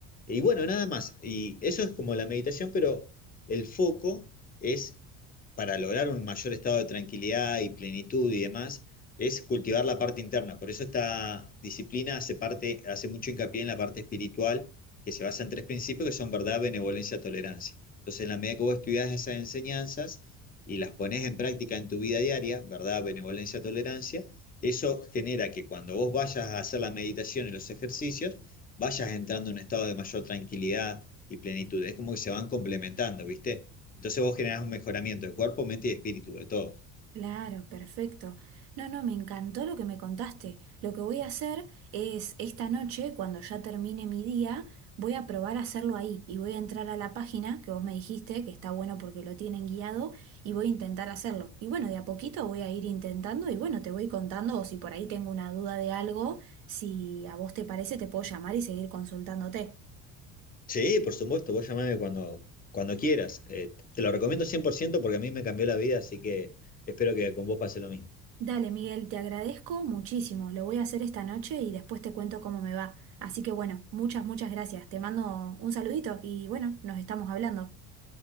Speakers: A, on the left (about 25°); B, on the right (about 70°).
A: Y bueno, nada más. Y eso es como la meditación, pero el foco es para lograr un mayor estado de tranquilidad y plenitud y demás, es cultivar la parte interna. Por eso esta disciplina hace parte, hace mucho hincapié en la parte espiritual, que se basa en tres principios que son verdad, benevolencia, tolerancia. Entonces, en la medida que vos estudias esas enseñanzas y las pones en práctica en tu vida diaria, verdad, benevolencia, tolerancia, eso genera que cuando vos vayas a hacer la meditación y los ejercicios, vayas entrando en un estado de mayor tranquilidad y plenitud. Es como que se van complementando, ¿viste? Entonces vos generás un mejoramiento de cuerpo, mente y espíritu, de todo.
B: Claro, perfecto. No, no, me encantó lo que me contaste. Lo que voy a hacer es esta noche, cuando ya termine mi día, voy a probar a hacerlo ahí y voy a entrar a la página que vos me dijiste, que está bueno porque lo tienen guiado, y voy a intentar hacerlo. Y bueno, de a poquito voy a ir intentando y bueno, te voy contando o si por ahí tengo una duda de algo, si a vos te parece, te puedo llamar y seguir consultándote.
A: Sí, por supuesto, vos llamame cuando, cuando quieras. Eh, te lo recomiendo 100% porque a mí me cambió la vida, así que espero que con vos pase lo mismo.
B: Dale, Miguel, te agradezco muchísimo. Lo voy a hacer esta noche y después te cuento cómo me va. Así que bueno, muchas, muchas gracias. Te mando un saludito y bueno, nos estamos hablando.